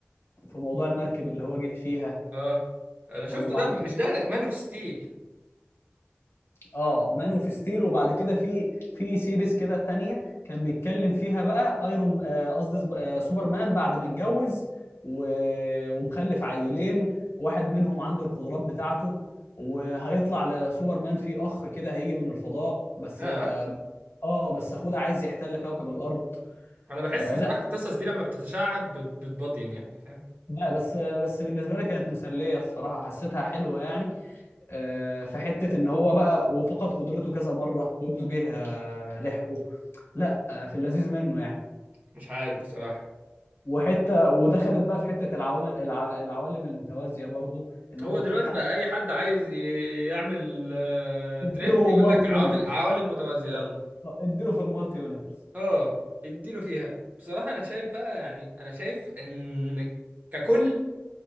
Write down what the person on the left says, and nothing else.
في موضوع المركب اللي هو جه فيها
وبعد
كده
اه مان اوف ستيل وبعد كده في في سيريز كده تانية كان بيتكلم فيها بقى ايرون آه، قصدي سب- آه، سوبرمان بعد ما اتجوز و... ومخلف عيلين واحد منهم عنده القدرات بتاعته وهيطلع لسوبرمان في اخ كده هيجي من الفضاء بس
اه بس اخوه ده عايز يحتل كوكب الارض
آه
لا
لا بس بس بالنسبه لي كانت مسليه الصراحه حسيتها حلوه يعني آه في حته ان هو بقى وفقد قدرته كذا مره وابنه جه آه، لحقه لا آه، في اللذيذ منه يعني
وحته ودخلت بقى في حته العوامل الع... العوالم المتوازيه برضو ان
هو
في حد
اديله
مالتي
يونيفرس
آه، اديله في المالتي يونيفرس